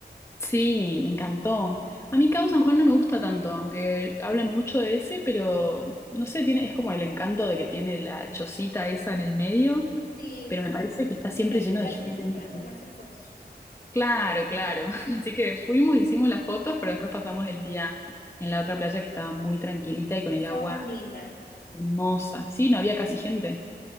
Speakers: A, on the left; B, on the left.
A: Sí, me encantó. A mí Cabo San Juan no me gusta tanto, aunque hablan mucho de ese, pero no sé, tiene, es como el encanto de que tiene la chocita esa en el medio,
B: Sí,
A: pero me parece que está siempre
B: le sirve
A: lleno de
B: a
A: gente.
B: la gente es para tomarse fotos.
A: Claro, claro. <laughs> Así que fuimos, hicimos las fotos, pero después pasamos el día en la otra playa que estaba muy tranquilita y con
B: Esta
A: el agua
B: más linda.
A: hermosa. Sí, no había casi gente.